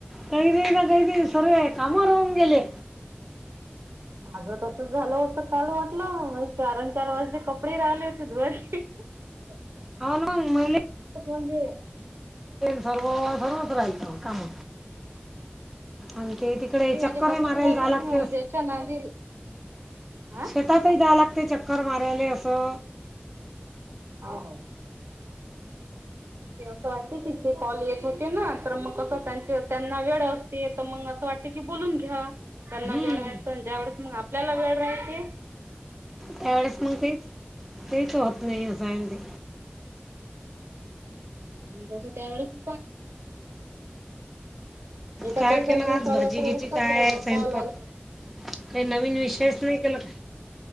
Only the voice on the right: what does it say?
माझ तस झालं होत काल म्हटलं चार चार वाजले कपडे राहिले होते धुवायची. <inaudible>
म्हणजे
नाही माझे
कपडेच
राहिले
होते
म्हणजे याच्या नांदी हा
हा. ते असं वाटते की जे कॉल येत होते ना तर मग कसं त्यांचे त्यांना वेळ असते तर मग असं वाटत की बोलून घ्या. त्यांना
वेळ हय ज्या वेळेस मग आपल्याला वेळ राहायचे.
तस त्या वळेस <unintelligible> ए पच
म्हण
साडे
अकरा
वाजताात
कॉल आला.